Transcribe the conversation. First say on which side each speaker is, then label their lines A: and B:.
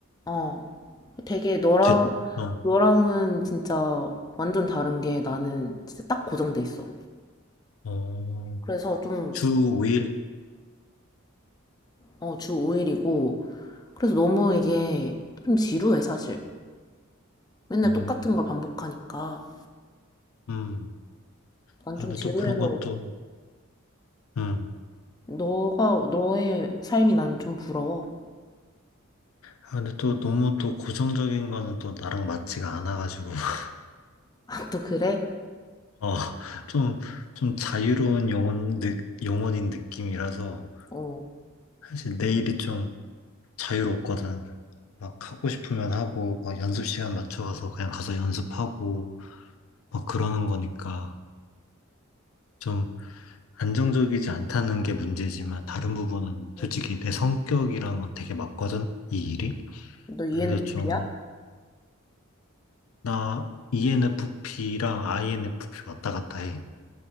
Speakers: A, on the left (about 20°); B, on the left (about 75°).
A: 어. 되게 너랑,
B: 제, 어,
A: 너랑은 진짜 완전 다른 게 나는 진짜 딱 고정돼 있어.
B: 어,
A: 그래서 좀,
B: 주 5일?
A: 어, 주 5일이고. 그래서 너무 이게 좀 지루해, 사실. 맨날
B: 음,
A: 똑같은 걸 반복하니까.
B: 음,
A: 난
B: 아,
A: 좀
B: 근데
A: 지루해서
B: 또 그런 것도, 음.
A: 너가, 너의 삶이 난 좀 부러워.
B: 아, 근데 또 너무 또 고정적인 거는 또 나랑 맞지가 않아가지고, <laughs>
A: <laughs> 아, 또 그래?
B: 어, 좀, 좀 자유로운 영혼, 느, 영혼인 느낌이라서,
A: 어.
B: 사실 내일이 좀 자유롭거든. 막 하고 싶으면 하고, 막 연습 시간 맞춰가서 그냥 가서 연습하고, 막 그러는 거니까, 좀 안정적이지 않다는 게 문제지만, 다른 부분은 솔직히
A: 응.
B: 내 성격이랑은 되게 맞거든, 이 일이.
A: 응. 너 ENFP야?
B: 그래서 좀, 나 ENFP랑 INFP 왔다 갔다 해.